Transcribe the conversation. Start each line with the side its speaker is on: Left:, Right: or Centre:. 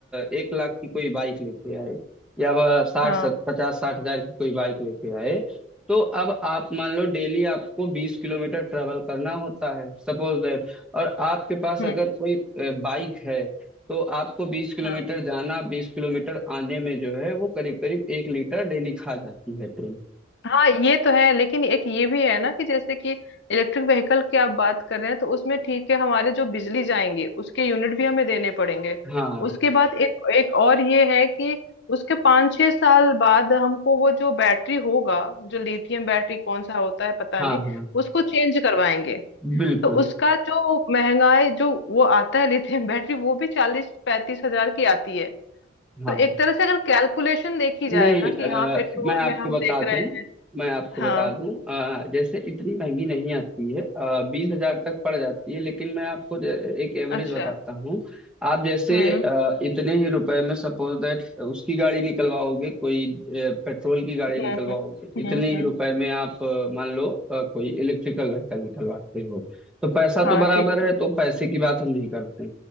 Centre: एक लाख की कोई बाइक लेके आए या वह साठ
Left: हाँ
Centre: सत पचास साठ हजार की कोई बाइक लेके आए तो अब आप मान लो डेली आपको बीस किलोमीटर ट्रेवल करना होता है सपोज दैट और आपके पास
Left: हम्म
Centre: अगर कोई बाइक है तो आपको बीस किलोमीटर
Left: हाँ
Centre: जाना बीस किलोमीटर आने में जो है वो करीब करीब एक लीटर डेली खा जाती है तेल
Left: हाँ ये तो है लेकिन एक ये भी है ना कि जैसे कि इलेक्ट्रिक व्हीकल की आप बात कर रहे हैं तो उसमें ठीक है हमारे जो बिजली जाएंगे उसके यूनिट भी हमें देने पड़ेंगे
Centre: हाँ
Left: उसके बाद एक एक और ये है कि उसके पाँच छह साल बाद हमको वो जो बैटरी होगा जो लिथियम बैटरी कौन सा होता है पता
Centre: हाँ
Left: नहीं
Centre: हाँ
Left: उसको चेंज करवाएंगे
Centre: बिल्कुल
Left: तो उसका जो महंगाई जो वो आता है लिथियम बैटरी वो भी चालीस पैंतीस हजार की आती है
Centre: हाँ
Left: तो एक तरह से अगर कैलकुलेशन देखी जाए
Centre: नहीं
Left: ना
Centre: अ,
Left: कि हाँ पेट्रोल
Centre: मैं आपको
Left: में हम
Centre: बता
Left: देख
Centre: दूं
Left: रहे हैं
Centre: मैं आपको
Left: हाँ
Centre: बता दूं अ, जैसे इतनी महंगी नहीं आती है बीस हजार तक पड़ जाती है लेकिन मैं आपको ज- एक एवरेज
Left: अच्छा
Centre: बताता हूँ आप जैसे
Left: हम्म
Centre: अ, इतने ही रुपए में सपोज दैट उसकी गाड़ी निकलवाओगे कोई पेट्रोल की गाड़ी
Left: हम्म
Centre: निकलवाओगे
Left: हम्म
Centre: इतने
Left: हम्म
Centre: ही
Left: हम्म,
Centre: रुपए में आप अ, मान लो अ, कोई इलेक्ट्रिकल व्हीकल निकलवाते हो तो पैसा तो
Left: हाँ
Centre: बराबर
Left: ठीक है
Centre: है तो पैसे की बात हम नहीं करते